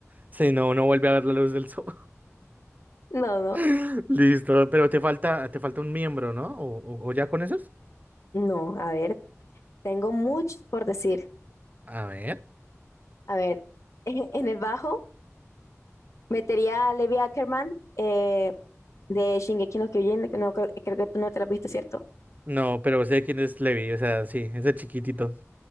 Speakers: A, on the right; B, on the left.
A: Si no, no vuelve a ver la luz del sol.
B: No, no,
A: <laughs> Listo, pero te falta, te falta un miembro, ¿no? ¿O, o- o ya con esos?
B: no. A ver, tengo mucho por decir.
A: A ver.
B: A ver, <laughs> en el bajo. Metería a Levi Ackerman eh, de Shingeki no Kyojin, que no, creo, creo que tú no te la viste, ¿cierto?
A: No, pero sé quién es Levi, o sea, sí, ese chiquitito.